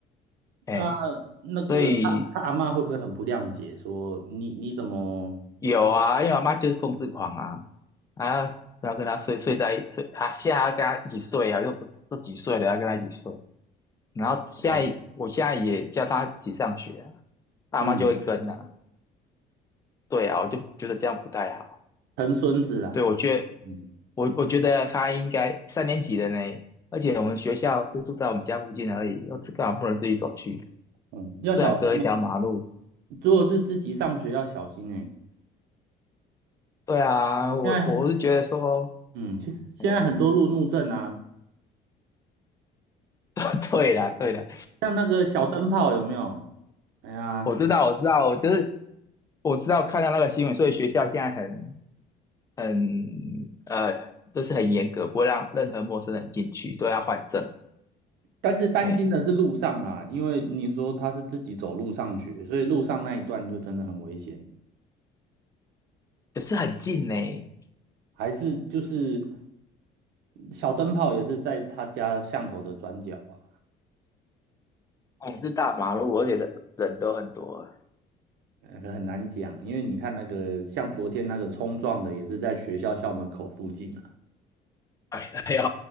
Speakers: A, on the left; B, on the right.
A: 哎，
B: 那、那个他他阿嬷会不会很不谅解，
A: 所以
B: 说你你怎么
A: 有啊，因为我妈就是控制狂啊，啊，然后跟她睡睡在一睡，她现在还要跟她一起睡啊，又不自己睡，了，要跟她一起睡。然后现在我现在也叫她一起上学啊，
B: 哦，
A: 阿妈就会跟啊。
B: 嗯，
A: 对啊，我就觉得这样不太好。
B: 疼孙子啦？
A: 对，我觉得
B: 嗯
A: 我我觉得她应该三年级的呢，而且我们学校就住在我们家附近而已，又这干嘛不能自己走去？
B: 嗯，要小心欸
A: 虽然隔一条马路。
B: 如果是自己上学要小心哎。
A: 对啊，我我是觉得说。
B: 现在嗯，现现在很多路怒症啊，
A: 哎，<laughs> 对啦，对啦，
B: 像那个小灯泡有没有？哎呀，
A: 我知道，我知道，我就是我知道看到那个新闻，所以学校现在很很呃，就是很严格，不会让任何陌生人进去，都要换证。
B: 但是担心的是路上啊，
A: 哎，
B: 因为你说他是自己走路上学，所以路上那一段就真的很危险。
A: 可是很近呢，也
B: 还是就是小灯泡也是在他家巷口的转角啊，
A: 是大马路，而且人人都很多。
B: 呃很难讲，因为你看那个像昨天那个冲撞的也是在学校校门口附近。
A: 哎，还呦，